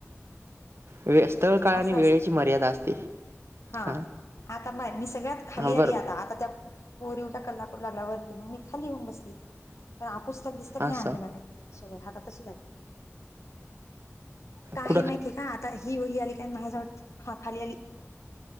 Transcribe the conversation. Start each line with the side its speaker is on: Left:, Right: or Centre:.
Right: व्यस्त काळ आणि
Left: असं
Right: वेळेची
Left: असते
Right: मर्यादा असते.
Left: हा
Right: हां
Left: आता माय मी सगळ्यात खाली
Right: हां
Left: आली
Right: बरोबर
Left: आता आता त्या पोरी उलट्या कल्लाकरु लागल्या वरती मग मी खाली येऊन बसली पण आ पुस्तक गिस्तक
Right: हां
Left: नाही
Right: असं
Left: आणलं म्या काही सोबत आता तशी आली का आहे
Right: कुठं
Left: माहिती आहे का आता ही वही आली काय माझा हा खाली आली